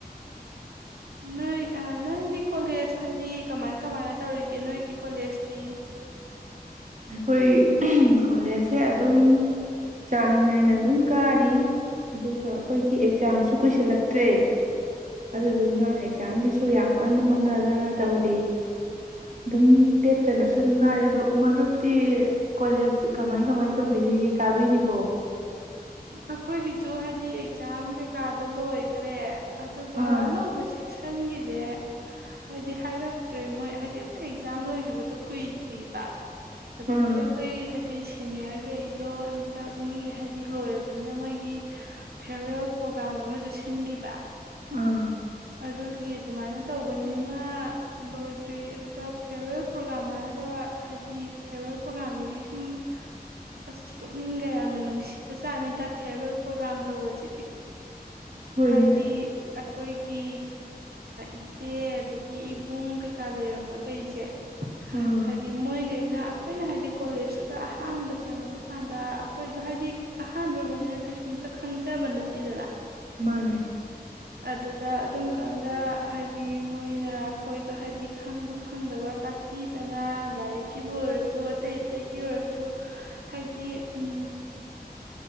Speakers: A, on the right; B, on the right.
A: ꯅꯣꯏ ꯅꯪꯗꯤ ꯀꯣꯂꯦꯖ ꯍꯥꯏꯗꯤ ꯀꯃꯥꯏ ꯀꯃꯥꯏꯅ ꯇꯧꯔꯤꯒꯦ ꯅꯣꯏꯒꯤ ꯀꯣꯂꯦꯖꯇꯤ
B: ꯑꯩꯈꯣꯏ ꯀꯣꯂꯦꯖꯁꯦ ꯑꯗꯨꯝ ꯆꯥꯡ ꯅꯥꯏꯅ ꯑꯗꯨꯝ ꯀꯥꯔꯤ ꯑꯗꯨꯒ ꯑꯩꯈꯣꯏꯒꯤ ꯑꯦꯛꯖꯥꯝꯁꯨ ꯀꯨꯏꯁꯤꯜꯂꯛꯇ꯭ꯔꯦ ꯑꯗꯨꯗꯨꯅ ꯑꯦꯛꯖꯥꯝꯒꯤꯁꯨ ꯌꯥꯝ ꯀꯟꯅ ꯍꯣꯠꯅꯗꯅ ꯇꯧꯔꯤ ꯑꯗꯨꯝ ꯂꯦꯞꯇꯅꯁꯨ ꯑꯗꯨꯝ ꯀꯥꯔꯤ ꯑꯗꯣ ꯃꯔꯨꯞ ꯇꯤ ꯀꯣꯂꯦꯖ ꯀꯃꯥꯏ ꯀꯃꯥꯏ ꯇꯧꯕꯤꯔꯤꯒꯦ ꯀꯥꯕꯤꯔꯤꯕꯣ
A: ꯑꯩꯈꯣꯏꯒꯤꯁꯨ ꯍꯥꯏꯗꯤ ꯑꯦꯛꯖꯥꯝ ꯀꯩꯀꯥꯗꯣ ꯂꯣꯏꯈ꯭ꯔꯦ ꯑꯗꯨ꯭ꯔꯒ
B: ꯑꯥ
A: ꯑꯅ ꯎꯕ ꯆꯦꯛ ꯀꯛꯁꯟꯒꯤꯗꯤ ꯍꯥꯏꯗꯤ ꯍꯥꯏꯔꯛꯇ꯭ꯔꯦ ꯃꯣꯏ ꯍꯥꯏꯗꯤ ꯑꯩꯈꯣꯏ ꯑꯦꯛꯖꯥꯝ ꯂꯣꯏꯈꯤꯕꯗꯣ ꯀꯨꯏꯗ꯭ꯔꯤꯕ ꯑꯗꯒꯤ
B: ꯑꯥ
A: ꯑꯩꯈꯣꯏ ꯍꯥꯏꯗꯤ ꯁꯦꯅꯤꯌꯔꯈꯩꯗꯣ ꯍꯟꯇꯛ ꯃꯣꯏꯒꯤ ꯍꯥꯏꯗꯤ ꯂꯣꯏꯔꯕꯅꯤꯅ ꯃꯣꯏꯒꯤ ꯐꯤꯔꯋꯦꯜ ꯄ꯭ꯔꯣꯒꯥ꯭ꯔꯥꯝ ꯑꯃꯁꯨ ꯁꯤꯟꯈꯤꯕ
B: ꯑꯥ
A: ꯑꯗꯨꯒꯤ ꯑꯗꯨꯃꯥꯏꯅ ꯇꯧꯕꯅꯤꯅ ꯂꯣꯏꯗ꯭ꯔꯤ ꯑꯗꯨꯒ ꯐꯤꯌꯥꯔꯋꯦꯜ ꯄ꯭ꯔꯣꯒꯥꯥꯝ ꯍꯥꯏꯔꯒ ꯍꯥꯏꯗꯤ ꯐꯤꯌꯔꯋꯦꯜ ꯄ꯭ꯔꯣꯒꯥꯥꯝꯗꯨꯒꯤ ꯁꯨꯝ ꯑꯁ ꯄꯨꯛꯅꯤꯡꯒ ꯌꯥꯝꯅ ꯅꯨꯡꯁꯤ ꯆꯆꯥꯅꯤꯗ ꯐꯦꯔꯋꯦꯜ ꯄ꯭ꯔꯣꯒꯥꯥꯝ ꯇꯧꯕꯁꯤꯗꯤ
B: ꯍꯣꯏꯅꯦ
A: ꯍꯥꯏꯗꯤ ꯑꯩꯈꯣꯏꯒꯤ ꯏꯆꯦ ꯑꯗꯒꯤ ꯏꯕꯨꯡ ꯀꯩꯀꯥ ꯂꯩꯔꯝꯕ ꯀꯩꯁꯦ
B: ꯑꯥ
A: ꯍꯥꯏꯗꯤ ꯃꯣꯏ ꯀꯩꯅ ꯑꯩꯈꯣꯏꯅ ꯍꯥꯏꯗꯤ ꯀꯣꯂꯦꯖꯇꯨꯗ ꯑꯍꯥꯟꯕ ꯆꯪꯉꯛꯄ ꯀꯥꯟꯗ ꯑꯩꯈꯣꯏꯗꯣ ꯍꯥꯏꯗꯤ ꯑꯍꯥꯟꯕ ꯑꯣꯏꯕꯅꯤꯅ ꯀꯩꯁꯨꯝꯇ ꯈꯪꯖꯕ ꯅꯠꯇꯦꯗꯅ
B: ꯃꯥꯅꯦ
A: ꯑꯗꯨꯗ ꯑꯗꯨꯝꯀꯥꯟꯗ ꯍꯥꯏꯗꯤ ꯃꯣꯏꯅ ꯑꯩꯈꯣꯏꯗꯣ ꯍꯥꯏꯗꯤ ꯈꯪꯕ ꯈꯪꯗꯕ ꯇꯥꯛꯄꯤꯗꯅ ꯂꯥꯏꯔꯤꯛꯀꯤꯕꯨ ꯑꯣꯏꯔꯁꯨ ꯑꯇꯩ ꯑꯇꯩꯒꯤ ꯑꯣꯏꯔꯁꯨ ꯍꯥꯏꯗꯤ ꯎ